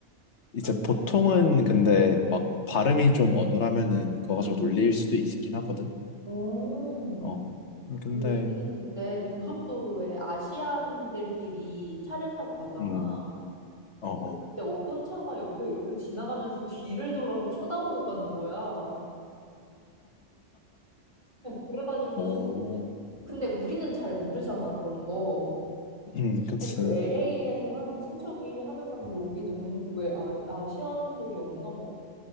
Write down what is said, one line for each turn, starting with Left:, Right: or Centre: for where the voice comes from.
Left: 이제
Right: 언니,
Left: 보통은 근데 막 발음이 좀 어눌하면은 그거 가지고
Right: 응
Left: 놀릴 수도 있긴 하거든.
Right: 오.
Left: 어, 근데,
Right: 근데 우리는 그때 고속도로에 아시안들끼리 차를 타고 가잖아.
Left: 음, 어, 어.
Right: 근데 그때 어떤 차가 옆에 이렇게 지나가면서 뒤를 돌아서 쳐다보고 가는 거야. 어, 그래가지고.
Left: 뭐,
Right: 근데 우리는 잘 모르잖아, 그런 거.
Left: 음, 그치.
Right: 근데 그 LA에서 사는 친척이 하는 말이 여기 너무, 왜 아, 아시안들이 없나 봐.